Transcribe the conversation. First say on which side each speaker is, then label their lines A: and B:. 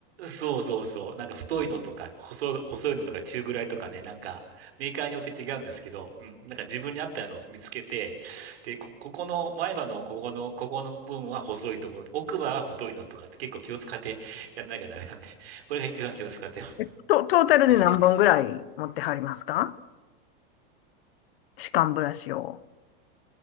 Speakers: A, on the right; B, on the left.
A: そうそうそう。なんか太いのとか、細い、細いのとか中ぐらいとかね、なんかメーカーによって違うんですけど、うん。なんか自分に合ったのを見つけて、で、こ、ここの、前歯のここの、ここの部分は細いところ、奥歯は太いのとかって結構気を使ってやんなきゃダメなんで、これが一番気を使って
B: えと、トータルで何本ぐらい持ってはりますか
A: ますね。
B: 歯間ブラシを。